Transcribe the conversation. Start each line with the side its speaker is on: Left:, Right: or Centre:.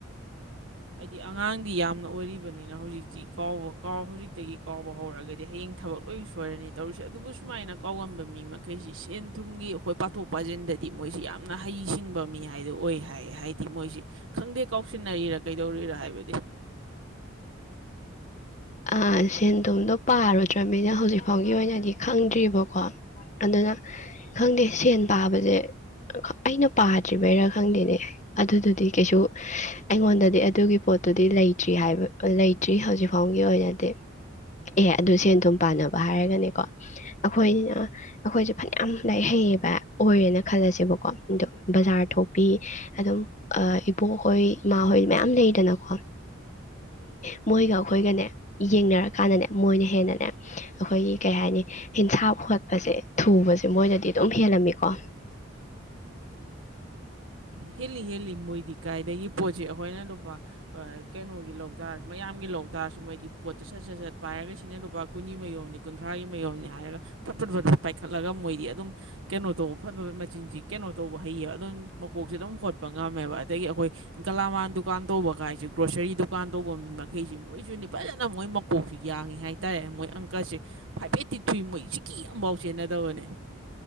Right: ꯍꯥꯏꯗꯤ ꯑꯉꯥꯡꯗꯤ ꯌꯥꯝꯅ ꯑꯣꯏꯔꯤꯕꯅꯤꯅ ꯍꯧꯖꯤꯛꯇꯤ ꯀꯥꯎꯕ ꯀꯥꯎ ꯍꯧꯖꯤꯛꯇꯒꯤ ꯀꯥꯎꯕ ꯍꯧꯔꯛꯑꯒꯗꯤ ꯍꯌꯦꯡ ꯊꯕꯛ ꯂꯣꯏ ꯁꯣꯏꯔꯅꯤ ꯇꯧꯔꯤꯁꯦ ꯑꯗꯨꯕꯨ ꯁꯨꯃꯥꯏꯅ ꯀꯥꯎꯂꯝꯝꯕ ꯃꯤ ꯃꯈꯩꯁꯤ ꯁꯦꯟ ꯊꯨꯝꯒꯤ ꯑꯩꯈꯣꯏ ꯄꯥꯊꯣꯛ ꯄꯥꯁꯤꯟꯗꯗꯤ ꯃꯣꯏꯁꯤ ꯌꯥꯝ ꯍꯩ ꯁꯤꯡꯕ ꯃꯤ ꯍꯥꯏꯗꯣ ꯑꯣꯏ ꯍꯥꯏ ꯍꯥꯏꯗꯤ ꯃꯣꯏꯁꯦ ꯈꯪꯗꯦ ꯀꯥꯎꯁꯤꯟꯅꯔꯤꯔ ꯀꯩꯗꯧꯔꯤꯔꯥ ꯍꯥꯏꯕꯗꯤ
Left: ꯑ ꯁꯦꯟ ꯊꯨꯝꯗꯣ ꯄꯥꯔꯨꯗ꯭ꯔꯅꯤꯅ ꯍꯧꯖꯤꯛ ꯐꯥꯎꯒꯤ ꯑꯣꯏꯅꯗꯤ ꯈꯪꯗ꯭ꯔꯤꯕꯀꯣ ꯑꯗꯨꯅ ꯈꯪꯗꯦ ꯁꯦꯟ ꯄꯥꯕꯁꯦ ꯑꯩꯅ ꯄꯥꯗ꯭ꯔꯤꯕꯩꯔꯥ ꯈꯪꯗꯦꯅꯦ ꯑꯗꯨꯗꯨꯗꯤ ꯀꯩꯁꯨ ꯑꯩꯉꯣꯟꯗꯗꯤ ꯑꯗꯨꯒꯤ ꯄꯣꯠꯇꯨꯗꯤ ꯂꯩꯇ꯭ꯔꯤ ꯍꯥꯏꯕ ꯂꯩꯇ ꯠꯇ꯭ꯔꯤ ꯍꯧꯖꯤꯛ ꯐꯥꯎꯒꯤ ꯑꯣꯏꯅꯗꯤ ꯑꯦ ꯑꯗꯨ ꯁꯦꯟ ꯑꯗꯨꯝ ꯄꯥꯟꯅꯕ ꯍꯥꯏꯔꯒꯅꯦꯀꯣ ꯑꯩꯈꯣꯏꯅꯤꯅ ꯑꯩꯈꯣꯏꯁꯦ ꯐꯅꯌꯥꯝ ꯂꯥꯏꯔꯤꯛ ꯍꯩꯌꯦꯕ ꯑꯣꯏꯔꯦꯅ ꯈꯜꯂꯁꯦꯕꯀꯣ ꯑꯗꯣ ꯕꯖꯥꯔ ꯊꯣꯛꯄꯤ ꯑꯗꯨꯝ ꯏꯕꯣꯛꯍꯣꯏ ꯏꯃꯥꯍꯣꯏ ꯃꯌꯥꯝ ꯂꯩꯗꯅꯀꯣ ꯃꯣꯏ ꯃꯣꯏꯒ ꯑꯩꯈꯣꯏꯒꯅꯦ ꯌꯦꯡꯅꯔꯀꯥꯟꯗꯅꯦ ꯃꯣꯏꯅ ꯍꯦꯟꯅꯅꯦ ꯑꯩꯈꯣꯏꯒꯤ ꯀꯩ ꯍꯥꯏꯅꯤ ꯍꯟꯁꯥꯞ ꯈꯣꯠꯄꯁꯦ ꯊꯨꯕꯁꯦ ꯃꯣꯏꯗꯗꯤ ꯑꯗꯨꯝ ꯍꯦꯜꯂꯝꯃꯤꯀꯣ
Right: ꯍꯦꯂꯤ ꯍꯦ ꯃꯣꯏ ꯀꯥꯏꯗꯒꯤ ꯄꯣꯠꯁꯤ ꯑꯩꯈꯣꯏꯅ ꯂꯨꯄꯥ ꯀꯩꯅꯣꯒꯤ ꯂꯧꯇꯥꯥꯔꯁꯨ ꯃꯌꯥꯝꯒꯤ ꯂꯧꯇꯥꯥꯔꯁꯨ ꯃꯣꯏꯗꯤ ꯄꯣꯠꯇꯨ ꯁꯠ ꯁꯠ ꯁꯠ ꯄꯥꯒ ꯁꯤꯅ ꯗꯣꯕꯥ ꯀꯨꯅꯤ ꯃꯌꯣꯝꯅꯤ ꯀꯨꯟꯊ꯭ꯔꯥꯒꯤ ꯃꯌꯣꯝꯅꯤ ꯍꯥꯏꯔꯒ ꯐꯠꯄꯨꯠ ꯐ ꯄꯥꯏꯈꯠꯂꯒ ꯃꯣꯏꯗꯤ ꯑꯗꯨꯝ ꯀꯩꯅꯣ ꯇꯧꯕ ꯐꯕ ꯃꯆꯤꯟꯁꯤ ꯀꯩꯅꯣ ꯇꯧꯕ ꯍꯩꯌꯦꯕ ꯑꯗꯨꯝ ꯃꯀꯣꯛꯁꯦ ꯑꯗꯨꯝ ꯍꯣꯠꯄ ꯉꯝꯃꯦꯕ ꯑꯗꯒꯤ ꯑꯩꯈꯣꯏ ꯒꯂꯥꯃꯥꯟ ꯗꯨꯀꯥꯟ ꯇꯧꯕ ꯀꯥꯏꯁꯦ ꯒ꯭ꯔꯣꯁꯔꯤ ꯗꯨꯀꯥꯟ ꯇꯧꯕ ꯃꯤ ꯃꯈꯩꯁꯤ ꯃꯣꯏꯁꯨꯅꯤ ꯐꯖꯅ ꯃꯣꯏ ꯃꯀꯣꯛꯁꯤ ꯌꯥꯡꯉꯤ ꯍꯥꯏꯇꯥꯔꯦ ꯃꯣꯏ ꯑꯪꯀꯜꯁꯦ ꯐꯥꯏꯐꯦꯠꯇꯤꯛ ꯊꯨꯏ ꯃꯣꯏ ꯆꯤꯀꯤ ꯑꯃꯝꯐꯥꯎ ꯆꯦꯟꯅꯗꯕꯅꯦ